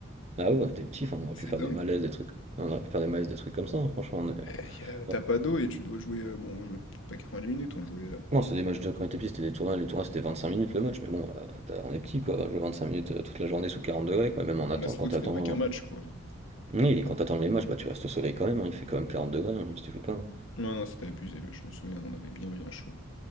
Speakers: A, on the right; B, on the left.
A: Bah oui, on était petits, enfin, on aurait
B: C'est
A: pu faire
B: dingue.
A: des malaises, des trucs. On aurait pu faire des malaises, des trucs comme ça, hein, franchement. on est-
B: Euh, y a- T'as
A: Ouais.
B: pas d'eau et tu dois jouer, euh, bon, on jouait peut-être pas 90 minutes, on jouait. euh,
A: Non, c'est des matchs de quand on était petit, c'était des tournois, les tournois c'était 25 minutes le match, mais bon, euh, t'as- on est petit quoi, jouer 25 minutes euh, toute la journée sous 40 degrés, quoi, et même en attendant,
B: Bah, surtout
A: quand t'attends.
B: que c'était pas qu'un
A: hein.
B: match quoi.
A: Oui, et quand t'attends les matchs, bah tu restes au soleil quand même, hein, il fait quand même quarante degrés, hein, même si tu joues pas. hein.
B: Non, non, c'était abusé, mais je me souviens, on avait bien bien chaud.